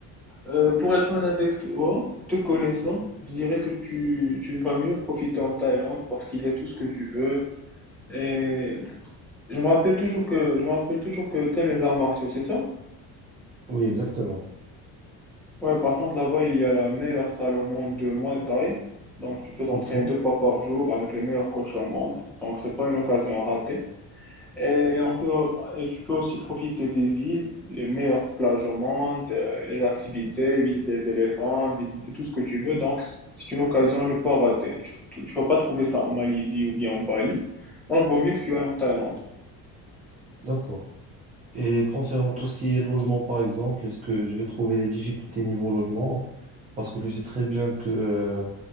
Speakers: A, in the centre; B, on the right.
A: Euh, pour être honnête avec toi, te connaissant, je dirais que tu, tu vas mieux profiter en Thaïlande parce qu'il y a tout ce que tu veux. Et je me rappelle toujours que, je me rappelle toujours que t'aimes les arts martiaux, c'est ça?
B: Oui, exactement.
A: Ouais, par contre, là-bas, il y a la meilleure salle au monde de Muay Thai. Donc, tu peux t'entraîner
B: Ok,
A: deux fois par jour avec les meilleurs coachs au monde. Donc, c'est pas une occasion à rater. Et on peut, et tu peux aussi profiter des îles, les meilleures plages au monde, euh, les activités, visiter les éléphants, visiter tout ce que tu veux. Donc, c- c'est une occasion à ne pas rater. Tu, tu vas pas trouver ça en Malaisie ou bien en Bali. Donc, vaut mieux que tu ailles en Thaïlande.
B: d'accord. Et concernant tout ce qui est logement, par exemple, est-ce que je vais trouver des difficultés niveau logement? Parce que je sais très bien que euh,